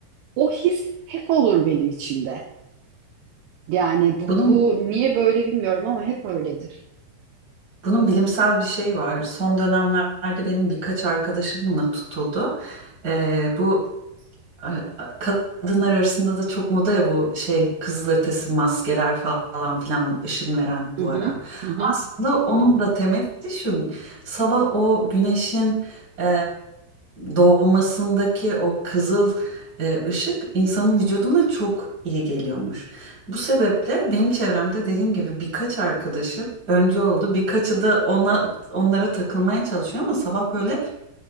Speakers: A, on the right (about 80°); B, on the right (about 25°).
A: o his hep olur benim içimde yani bu,
B: bunun
A: bu niye böyle bilmiyorum ama hep öyledir.
B: Bunun bilimsel bir şey var. Son dönemlerde benim birkaç arkadaşım buna tutuldu. Ee, bu a- a- kadınlar arasında da çok moda ya bu şey kızılötesi maskeler falan filan ışın veren bu
A: Hı hı,
B: ara.
A: hı hı,
B: Aslında onun da temeli şu sabah o güneşin e, doğmasındaki o kızıl e, ışık insanın vücuduna çok iyi geliyormuş. Bu sebeple benim çevremde dediğim gibi birkaç arkadaşım önce oldu. Birkaçı da ona onlara takılmaya çalışıyor ama sabah böyle